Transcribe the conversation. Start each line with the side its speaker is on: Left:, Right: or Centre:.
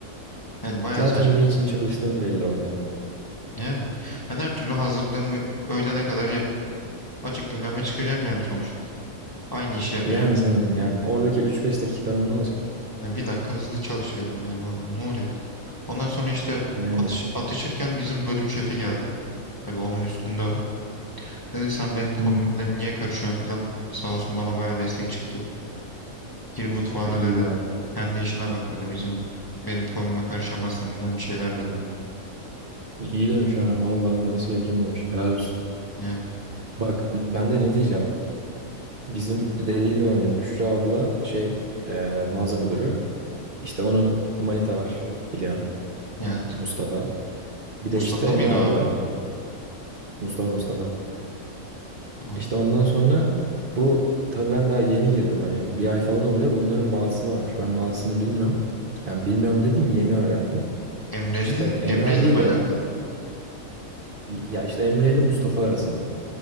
Left: Yani bayağı
Right: zaten
Left: saçma.
Right: ne için çalıştığın belli orada.
Left: Yani ben her türlü hazırlığımı öğlene kadar yapıp açık büfeme çıkacağım yani sonuçta. Aynı işi yapacağım.
Right: Yani canım yani oradaki üç beş dakikanın ne olacak?
Left: Yani bir dakika hızlı çalışıyorum yani. Orada Ne olacak? Ondan sonra işte
Right: Yani.
Left: atış, atışırken bizim bölüm şefi geldi. Tabii onun üstünde o. Dedi sen benim kombime
Right: Hı hı.
Left: niye karışıyorsun filan. Sağ olsun bana bayağı destek çıktı. Gir mutfağına
Right: E, İyi
Left: dedi.
Right: var.
Left: Kendi işine bak dedi. Bizim benim kombime karışamazsın filan bir şeyler dedi.
Right: İyi demiş ha valla demesi gerekeni demiş. Helal olsun.
Left: Yani
Right: Bak ben de ne diyeceğim. Bizim dediydim hani Büşra abla şey e, mağaza müdürü. İşte onun manita var biliyorsun
Left: evet.
Right: Mustafa. Bir de
Left: Mustafa
Right: işte Emre
Left: mıydı
Right: abi
Left: o abinin
Right: var.
Left: adı?
Right: Mustafa Mustafa.
Left: Anladım.
Right: İşte ondan sonra bu tabii ben daha yeni girdim hani bir ay falan oluyor. Bunların mazisi varmış. Ben mazisini bilmiyorum. Yani bilmiyorum dediğim yeni öğrendim.
Left: Emre'nin
Right: İşte Emre
Left: Emre'yle
Right: abiyle
Left: mi alakalı?
Right: ya işte Emre ile Mustafa arasında.